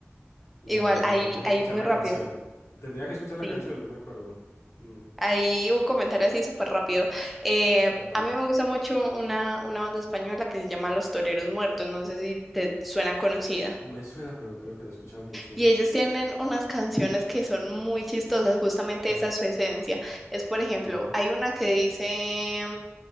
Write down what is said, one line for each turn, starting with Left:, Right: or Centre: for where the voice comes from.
Left: La
Centre: Igual,
Left: verdad,
Centre: ahí,
Left: tendría que
Centre: ahí
Left: escuchar
Centre: muy
Left: la
Centre: rápido,
Left: canción. Tendría que escuchar la
Centre: sí.
Left: canción, no me acuerdo. Mm,
Centre: Ahí un comentario así súper rápido. Eh,
Left: contame.
Centre: a mí me gusta mucho una, una banda española que se llama Los Toreros Muertos, no sé si te suena conocida.
Left: Me suena, pero creo que no he escuchado mucho.
Centre: Y ellos tienen unas canciones que son muy chistosas, justamente
Left: Ajá,
Centre: esa es su esencia. Es, por
Left: ok.
Centre: ejemplo, hay una que dice